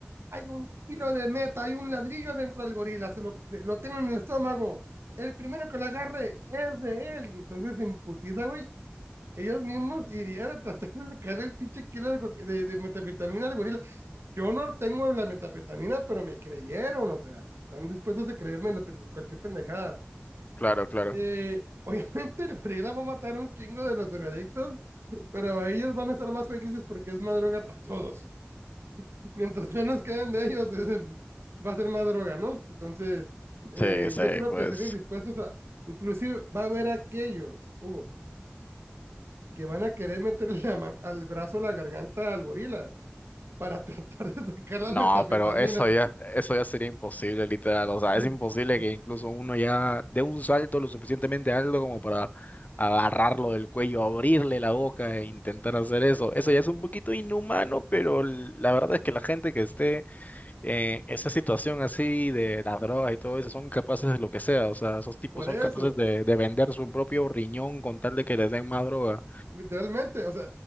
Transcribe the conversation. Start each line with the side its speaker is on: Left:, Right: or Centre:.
Right: hay un kilo de meta, hay un ladrillo dentro del gorila, se lo, se- lo tienen en el estómago. El primero que lo agarre es de él. Entonces se imputiza, güey, ellos mismos irían a tratar de sacarle el pinche kilo de, coca- de, de metafetamina al gorila. Yo no tengo la metafetamina, pero me creyeron, o sea, están dispuestos a creerme la pende- cualquier pendejada.
Left: Claro, claro.
Right: Eh, <laughs> obviamente el gorila va a matar un chingo de los drogadictos, pero ellos van a estar más felices porque es más droga para todos. Mientras menos queden de ellos, <laughs> es- va a ser más droga, ¿no? Entonces, eh,
Left: Sí, sí,
Right: yo creo
Left: pues
Right: que estarían dispuestos a, inclusive va a haber aquellos, Hugo que van a querer meterle la mano al brazo, a la garganta al gorila para <laughs> tratar de sacar la
Left: no,
Right: metafetamina.
Left: pero eso ya, eso ya sería imposible, literal. O sea,
Right: <laughs>
Left: es imposible que incluso uno ya dé un salto lo suficientemente alto como para agarrarlo del cuello, abrirle la boca e intentar hacer eso. Eso ya es un poquito inhumano, pero l- la verdad es que la gente que esté en esa situación así de las drogas y todo eso son capaces de lo que sea. O sea, esos tipos
Right: Por
Left: son
Right: eso,
Left: capaces de, de vender su propio riñón con tal de que les den más droga.
Right: literalmente, o sea,